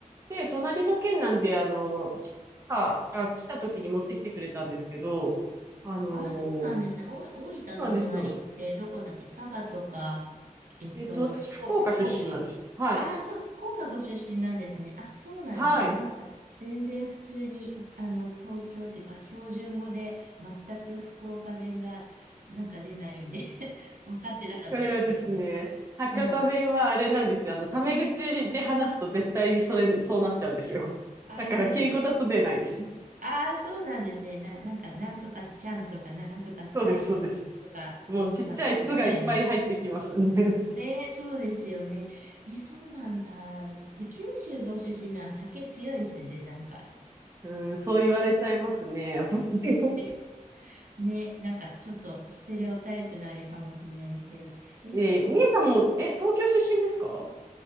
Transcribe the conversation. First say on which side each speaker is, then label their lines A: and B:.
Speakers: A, on the right; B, on the right.
A: で、隣の県なんで、あの、うちが来た時に持ってきてくれたんですけど、あの、そ
B: あ、そうなんですね。お、大分の隣ってどこだっけ佐賀とか、
A: うなんですよ。
B: えっと、
A: えっと、私、
B: 福岡、
A: 福岡出身なんです。
B: 福岡。
A: はい。
B: ああ、そう、福岡ご出身なんですね。あ、そうなんですね。
A: はい。
B: なんか、全然普通に、あの、東京っていうか、標準語で、全く福岡弁が、なんか出ないんで <laughs> 分かってなかったですそれ
A: これはですね、博多弁はあれなんですよ。
B: うん。
A: あの、タメ口で話すと絶対それ、そうなっちゃうんですよ。
B: ああ、
A: だから、
B: そうです。
A: 敬語だと出ないんです。
B: うん、ああ、そうなんですね。な、なんか、なんとかちゃんとか、なんとかたいとか、
A: そうです、そうです。
B: とか、
A: もうちっちゃい「つ」がいっぱい入ってきますね。
B: ヨガバってみたいな。うん
A: <laughs>
B: ねえ、そうですよね。え、そうなんだ。で、九州ご出身なら酒強いですね、なんか。
A: うん、そう言われちゃいますね。<laughs> やっぱり <laughs>。
B: ねね、なんかちょっとステレオタイプのあれかもしれないですけど。え、
A: えー、
B: そっか。
A: みえさんも、
B: おん <laughs>
A: え、東京出身ですか